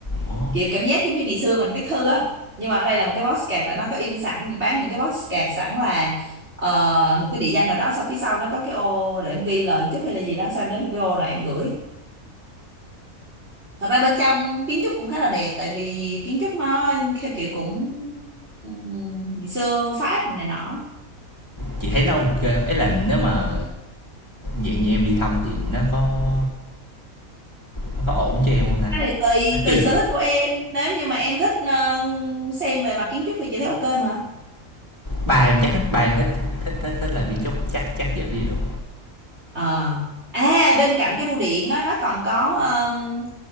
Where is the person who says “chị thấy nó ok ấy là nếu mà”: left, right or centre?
Left